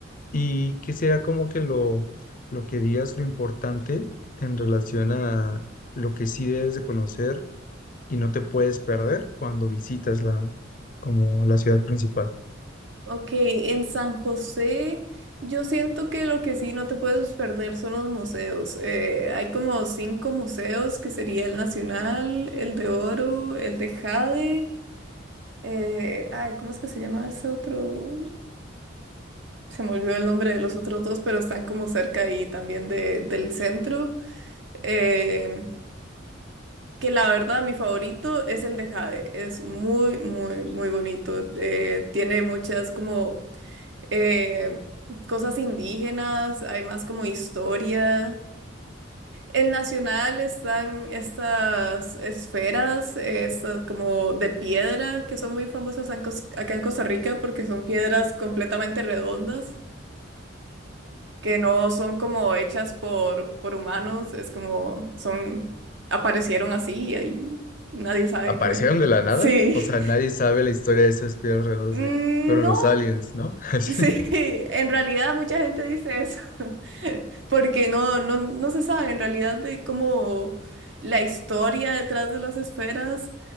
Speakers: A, on the left; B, on the right.
A: Y que será como que lo, lo que digas lo importante en relación a lo que sí debes de conocer y no te puedes perder cuando visitas la, como la ciudad principal.
B: Ok, en San José yo siento que lo que sí no te puedes perder son los museos. Eh, hay como cinco museos que sería el Nacional, el de Oro, el de Jade. Eh, ay, ¿cómo es que se llama ese otro? Se me olvidó el nombre de los otros dos, pero están como cerca ahí también de, del centro. Eh, que la verdad, mi favorito es el de Jade. Es muy, muy, muy bonito. Eh, tiene muchas como eh, cosas indígenas, hay más como historia. El Nacional están estas esferas, eh, estas como de piedra, que son muy famosas en Cos- acá en Costa Rica porque son piedras completamente redondas, que no son como hechas por, por humanos, es como son, aparecieron así y ahí nadie sabe
A: aparecieron
B: qué.
A: de la nada.
B: Sí,
A: O sea, nadie
B: <laughs>
A: sabe la historia de esas piedras redondas
B: Mm,
A: de fueron
B: no,
A: los aliens, ¿no? <laughs> Así.
B: Sí, <laughs> en realidad mucha gente dice eso, <laughs> porque no, no, no se sabe en realidad de cómo la historia detrás de las esferas,